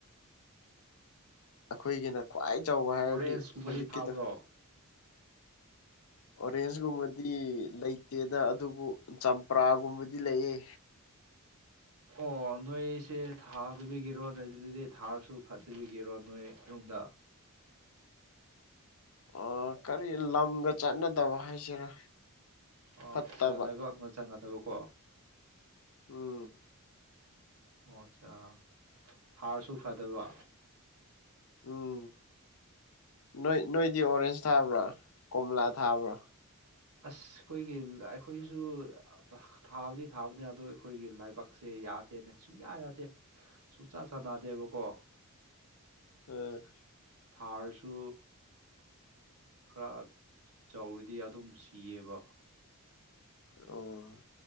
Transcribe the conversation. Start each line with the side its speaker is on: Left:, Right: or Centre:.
Left: ꯑꯈꯣꯏꯒꯤꯅ ꯈ꯭ꯋꯥꯏ ꯆꯥꯎꯕ ꯍꯥꯏꯔꯗꯤ
Right: ꯑꯣꯔꯦꯟꯁꯀꯨꯝꯕꯗꯤ
Left: ꯍꯧꯖꯤꯛꯀꯤꯗꯣ
Right: ꯊꯥꯕ꯭ꯔꯣ
Left: ꯑꯣꯔꯦꯟꯖꯒꯨꯝꯕꯗꯤ ꯂꯩꯇꯦꯗ ꯑꯗꯨꯕꯨ ꯆꯝꯄ꯭ꯔꯥꯒꯨꯝꯕꯗꯤ ꯂꯩꯌꯦ
Right: ꯑꯣ ꯅꯣꯏꯁꯦ ꯊꯥꯗꯕꯤꯒꯤꯔꯣ ꯅꯣꯏꯑꯗꯨꯗꯗꯤ ꯊꯥꯔꯁꯨ ꯐꯠꯇꯕꯤꯒꯤꯔꯣ ꯅꯣꯏꯔꯣꯝꯗ
Left: ꯑꯣ ꯀꯔꯤ ꯂꯝꯗ ꯆꯠꯅꯗꯕ ꯍꯥꯏꯁꯤꯔꯥ
Right: ꯑꯣ
Left: ꯐꯠꯇꯕ
Right: ꯑꯠꯆꯥ ꯂꯩꯕꯥꯛꯅ ꯆꯥꯅꯗꯕ ꯀꯣ
Left: ꯎꯝ
Right: ꯑꯣ ꯑꯠꯆꯥ ꯊꯥꯔꯁꯨ ꯐꯗꯕ
Left: ꯎꯝ ꯅꯣꯏ ꯅꯣꯏꯗꯤ ꯑꯣꯔꯦꯟꯖ ꯊꯥꯕ꯭ꯔꯥ ꯀꯣꯝꯂꯥ ꯊꯥꯕ꯭ꯔꯥ
Right: ꯑꯁ ꯈꯣꯏꯒꯤ ꯑꯩꯈꯣꯏꯖꯨ ꯊꯥꯕꯗꯤ ꯊꯥꯕꯅꯦ ꯑꯗꯨ ꯑꯩꯈꯣꯏꯒꯤ ꯂꯥꯏꯕꯛꯁꯦ ꯌꯥꯗꯦꯅꯦ ꯁꯨꯡꯌꯥ ꯌꯥꯗꯦ ꯁꯨꯡꯆꯥꯥ ꯆꯥꯅꯗꯦꯕꯀꯣ
Left: ꯍꯣꯏ
Right: ꯊꯥꯔꯁꯨ ꯈꯔ ꯆꯥꯎꯔꯗꯤ ꯑꯗꯨꯝ ꯁꯤꯌꯦꯕ
Left: ꯑꯣ